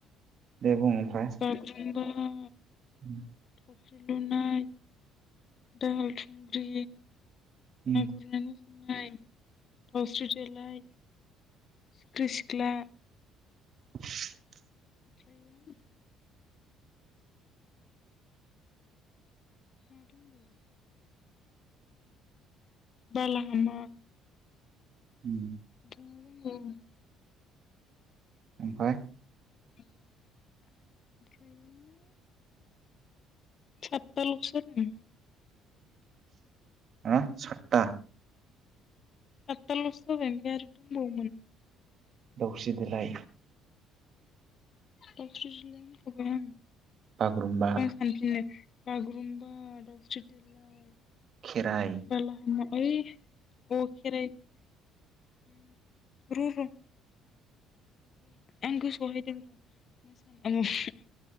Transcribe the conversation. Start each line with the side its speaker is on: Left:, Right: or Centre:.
Right: दे बुं। ओमफ्राय
Left: बागुरुमबा <unintelligible>
Right: <inaudible>
Left: थावख्रि लुनाय दाहाल थुंग्रि
Right: उम
Left: ना गुरनाय मो नाय दावस्रि देलाय सिखृष ग्ला
Right: <unintelligible>
Left: ओमफ्रायो मा दंबावो। बाला हामा।
Right: उम
Left: मा दंबावो।
Right: ओमफाय
Left: ओमफ्रायो साततालसो जादो
Right: हा सातता।
Left: सातता लसो जाबाय ओमफाय आरो दंबावोमोन।
Right: दावस्रि देलाय
Left: दावस्रि देलाइ
Right: बागुरुम्बा
Left: होनखाबाय आं <unintelligible> बागुरुमबा दावस्रि देलाय
Right: खेराइ
Left: बालाहामा ओइ अ खेराइ <unintelligible> र र आं गोसोआवहाय दों <unintelligible>